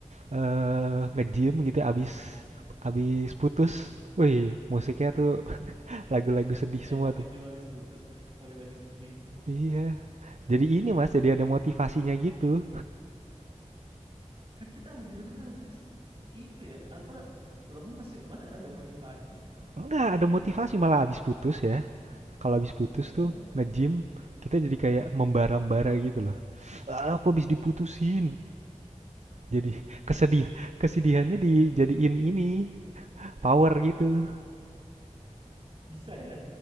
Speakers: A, on the right (about 65°); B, on the right (about 50°).
A: eh nge-gym gitu ya, abis abis putus. Wih, musiknya tuh <laughs> lagu-lagu sedih semua
B: Enak kan
A: tuh.
B: cuma habis putus pakai lagu sedih.
A: Iya. Jadi ini Mas, jadi ada motivasinya gitu.
B: Kan kita harus dengerin lagunya s- itu ya, apa lemes ya? Masa ada motivasi?
A: Enggak, ada motivasi malah abis putus ya. kalau habis putus
B: Heeh,
A: tuh nge-gym kita jadi kayak membara-bara gitu loh. Ah, aku habis diputusin. Jadi kesedihan, kesedihannya dijadiin ini power gitu.
B: bisa ya.